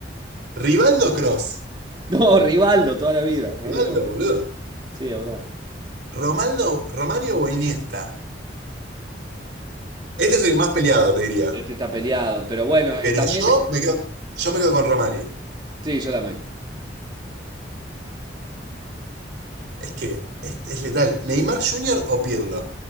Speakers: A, on the right; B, on the right.
A: Rivaldo Cross.
B: No, Rivaldo, toda la vida. Dámelo.
A: Rivaldo, boludo.
B: Sí, es verdad.
A: Romaldo, Romario o Iniesta. Este es el más peleado, te diría.
B: Este está peleado. Pero bueno, eh,
A: Pero
B: también
A: yo
B: es.
A: me quedo, yo me quedo con Romario.
B: Sí, yo también.
A: Es que es, es letal. ¿Neymar Jr. o Pirlo?